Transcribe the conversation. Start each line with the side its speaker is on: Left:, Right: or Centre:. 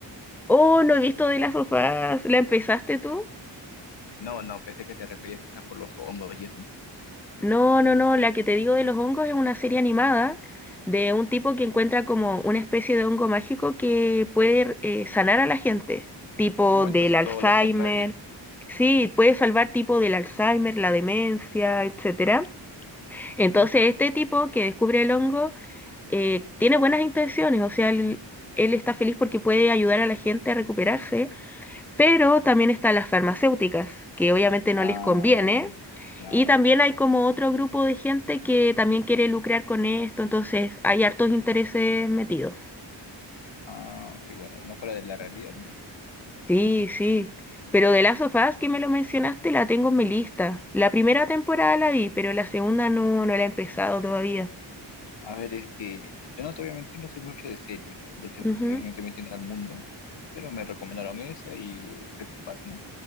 Centre: Oh, no he visto de las sofás, ¿la empezaste tú?
Left: No, no, pensé que te referías a esa por los hongos y eso.
Centre: No, no, no, la que te digo de los hongos es una serie animada de un tipo que encuentra como una especie de hongo mágico que puede eh, sanar a la gente, tipo
Left: Uh,
Centre: del
Left: entonces
Centre: Alzheimer,
Left: todo lo contrario.
Centre: sí, puede salvar tipo del Alzheimer, la demencia, etcétera. Entonces
Left: Ujú.
Centre: este tipo que descubre el hongo eh, tiene buenas intenciones, o sea, él, él está feliz porque puede ayudar a la gente a recuperarse, pero también están las farmacéuticas, que obviamente
Left: Ah,
Centre: no les conviene
Left: claro.
Centre: y también hay como otro grupo de gente que también quiere lucrar con esto, entonces hay hartos intereses metidos.
Left: Ah, que bueno, no fuera de la realidad, ¿no?
Centre: Sí, sí. Pero de Last of Us, que me lo mencionaste, la tengo en mi lista. La primera temporada la vi, pero la segunda no, no la he empezado todavía.
Left: A ver, es que yo no te voy a mentir, no soy mucho de series. De hecho,
Centre: Ujú,
Left: recién estoy metiendo al mundo, pero me recomendaron esa y Breaking Bad, ¿no?